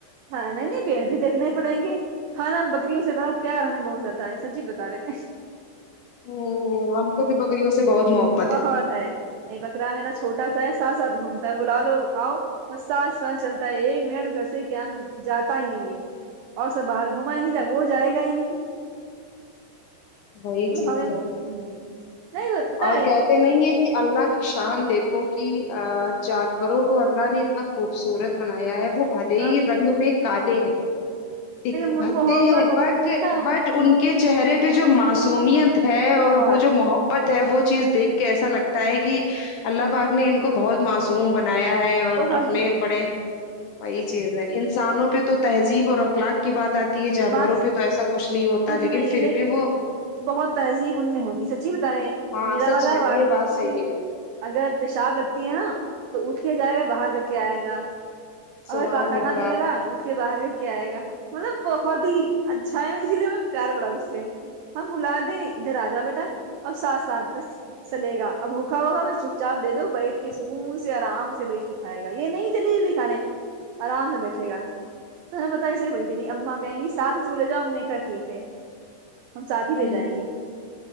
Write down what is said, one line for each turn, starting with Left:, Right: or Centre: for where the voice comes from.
Right: ہاں نہیں نہیں پیڑ بھی دیکھنا ہی پڑیں گے ہاں نہ بکریوں سے ذرا پیار ہمیں بہت زیادہ ہے سچی بتا رہے
Left: وہ ہم کو بھی بکریوں سے بہت محبت
Right: بہت ہے ایک بکرا میرا چھوٹا سا ہے ساتھ ساتھ گھومتا ہے بلا لو آؤ بس ساتھ ساتھ چلتا ہے ایک منٹ گھر سے کیا جاتا ہی نہیں ہے اور سب باہر گھم آئیں گے جب وہ جائے گا ہی نہیں
Left: وہی
Right: تو
Left: چیز ہے
Right: نہیں پتا
Left: اور
Right: ہے
Left: کہتے نہیں ہے کہ اللہ کی شان دیکھو کہ جانوروں کو اللہ نے اتنا خوبصورت بنایا ہے وہ بھلے
Right: ارے
Left: ہی رنگ میں کالے ہیں د یکھے
Right: من
Left: پاتے
Right: محبت ان
Left: بٹ
Right: کی پتا ہے
Left: بٹ ان کے چہرے پہ جو معصومیت ہے اور
Right: بہت
Left: وہ جو محبت ہے وہ چیز دیکھ کے ایسا لگتا کیاہے کہ اللہ پاک نے ان کو بہت معصوم بنایا ہے اور
Right: بہت
Left: اپنے
Right: ہی
Left: بڑے وہی چیز ہے انسانوں پہ تو تہذیب اور اخلاق کی بات آتی ہے جانوروں
Right: بات
Left: پہ تو ایسا کچھ نہیں ہوتا
Right: کچھ
Left: لیکن
Right: نہیں
Left: پھر
Right: ہے
Left: بھی وہ
Right: بہت تہذیب ان میں ہوتی سچی بتا رہے
Left: ہاں
Right: میرا
Left: سچ
Right: والا
Left: ہے
Right: وا
Left: یہ بات
Right: اس
Left: صحیح
Right: کے
Left: ہے
Right: اگر پیشاب لگتی ہے نا تو اٹھ کے جائے گا باہر کر کے آئے گا
Left: سبحان
Right: اور پاخانہ
Left: اللہ
Right: بھی لگا اٹھ کے باہر کر کے آئے گا مطلب بہت ہی اچھا ہے اسی لیے مجھے پیار بڑا اس سے ہم بلا دیں ادھر آ جاؤ بیٹا اور ساتھ ساتھ بس چلے گا اب بھوکھا ہوگا میں چپ چاپ دے دو بیٹھ کے سکون سے آرام سے بیٹھ کے کھائے گا یہ نہیں کہ لیے ابھی کھالے آرام سے بیٹھے گا تمہیں پتہ اسے کوئی بھی نہیں اماں کہیں گی ساتھ اسکولے جاؤ ہم نے کہا ٹھیک ہے ہم ساتھ ہی لے
Left: ہوں
Right: جائیں گے